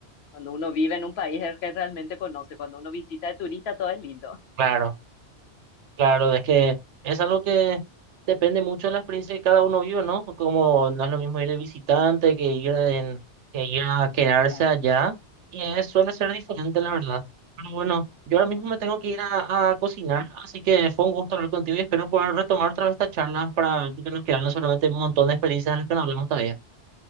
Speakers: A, on the left (about 70°); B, on the right (about 90°).
A: Cuando uno vive en un país es que realmente conoce. Cuando uno visita de turista, todo es lindo.
B: Claro. Claro, es que es algo que depende mucho de la experiencia que cada uno vive, ¿no? Como no es lo mismo ir de visitante que ir, en- que ir a quedarse
A: Ah,
B: allá, y es- suele ser diferente, la verdad. Pero bueno, yo ahora mismo
A: ah.
B: me tengo que ir a, a cocinar, así que fue un gusto hablar contigo y espero poder retomar otra vez esta charla para que nos quedaron solamente un montón de experiencias de las que no hablamos todavía.